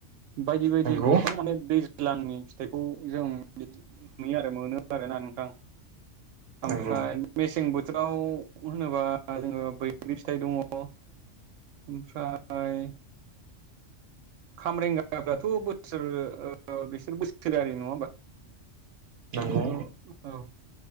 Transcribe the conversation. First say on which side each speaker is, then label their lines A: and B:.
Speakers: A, on the right (about 85°); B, on the right (about 60°).
A: बायदि बायदि
B: नंगौ
A: गोबां माने दैज्लांनि फिथाइखौ जों बि नुयो आरो मोनो आरोना नोंथां
B: नंगौ
A: ओमफ्राय मेसें बोथोर <inaudible> होनोबा जोङो बैग्रि फिथाइ दङ। ओमफ्राय ओमफ्राय खामब्रेंगाफ्राथ' बोसोर बिसोर बोसोर थोरारि नङा होमबा
B: नंगौ
A: बिसोरथ' औ